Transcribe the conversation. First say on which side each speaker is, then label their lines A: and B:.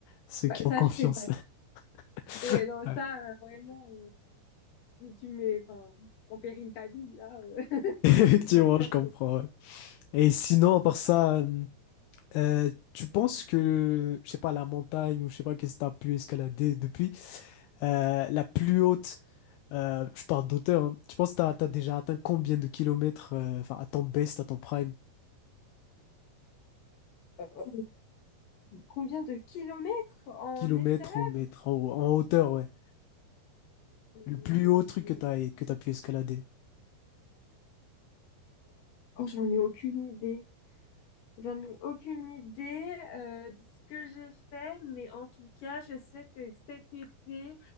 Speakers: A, on the left; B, on the left.
A: Ceux
B: bah,
A: qui
B: ça,
A: ont confiance.
B: je fais pas.
A: <laughs>
B: Ouais, non,
A: Ouais.
B: ça, euh, vraiment, euh, tu mets enfin, en péril ta vie, là. euh.
A: <laughs>
B: <laughs>
A: Effectivement,
B: Non, ça,
A: je
B: je
A: comprends,
B: fais.
A: ouais. Et sinon, à part ça... hum, Euh, tu penses que, je sais pas, la montagne ou je sais pas qu'est-ce que t'as pu escalader depuis, euh, la plus haute, euh, je parle d'auteur, hein, tu penses que t'as, t'as déjà atteint combien de kilomètres, euh, enfin, à ton best, à ton prime,
B: Euh, Combien de kilomètres en
A: kilomètres
B: escalade?
A: ou mètres, en, en hauteur, ouais.
B: Euh,
A: Le plus haut truc que t'as, que t'as pu escalader.
B: Oh, j'en ai aucune idée. J'en ai aucune idée euh, de ce que j'ai fait, mais en tout cas, je sais que cet été,